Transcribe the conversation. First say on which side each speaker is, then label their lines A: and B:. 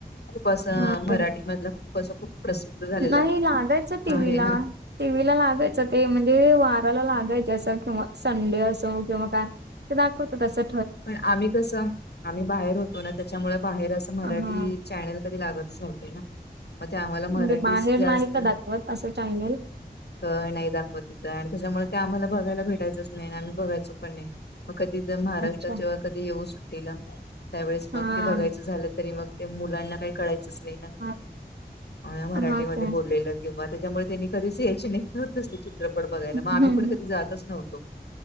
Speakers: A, on the left (about 80°); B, on the right (about 85°).
A: खूप असं
B: हा
A: मराठीमधलं खूप असं खूप प्रसिद्ध झालेला
B: नाही लागायचं टी
A: आहे
B: व्ही ला
A: ना
B: टी व्ही लागायचं ते म्हणजे वाराला लागायच असं किंवा संडे असो किंवा काय ते दाखवतं तसं
A: पण आम्ही कसं आम्ही बाहेर होतो ना त्याच्यामुळे बाहेर असं मराठी.
B: हा.
A: चॅनल कधी लागतच नव्हते ना मग ते आम्हाला मराठी
B: म्हणजे बाहेर
A: जास्त
B: नाही का दाखवत असं चॅनल
A: नाही दाखवत तिथं आणि त्याच्यामुळे ते आम्हाला बघायला भेटायचंच नाही आणि आम्ही बघायचो पण नाही मगं कधीतर महाराष्ट्र
B: अच्छा
A: कधी येऊ सुट्टीला त्यावेळेस मग
B: हा.
A: ते बघायच झालं तरी मग मुलांना काय कळाय यचंच नाही ना
B: हा
A: मराठीमध्ये
B: हा काय
A: बोललेलं किंवा त्याच्यामुळे त्यांनी कधीच यायचे नाहीत चित्रपट बघायला
B: हम्म
A: मग आम्ही पण कधी जातच नव्हतो